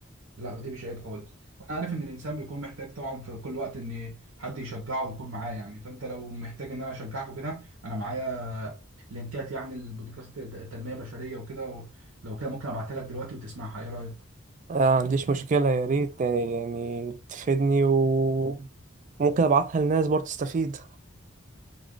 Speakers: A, on the right; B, on the right.
A: لا دي مش عيب خالص وانا عارف ان الانسان بيكون محتاج طبعا في كل وقت ان حد يشجعه ويكون معاه يعني فانت لو محتاج ان انا اشجعك وكده انا معايا لينكات يعني البودكاست تنمية بشرية وكده و- لو كده ممكن ابعتها لك دلوقتي وتسمعها ايه رأيك
B: آه، عنديش مشكلة يا ريت يعني تفيدني وممكن أبعتها للناس برضه تستفيد